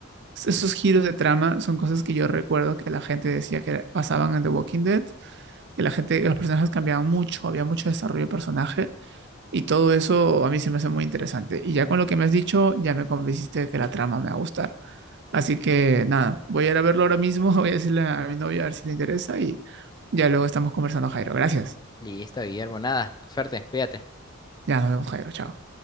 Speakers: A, on the right; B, on the left.
A: esos giros de trama son cosas que yo recuerdo que la gente decía que pasaban en The Walking Dead, que la gente, que los personajes cambiaban mucho, había mucho desarrollo de personaje y todo eso a mí se me hace muy interesante. Y ya con lo que me has dicho, ya me convenciste de que la trama me va a gustar. Así que nada, voy a ir a verlo ahora mismo, <laughs> voy a decirle a mi novia a ver si le interesa y ya luego estamos conversando, Jairo. Gracias.
B: Listo, Guillermo, nada. Suerte, cuídate.
A: Ya nos vemos, Jairo. Chao.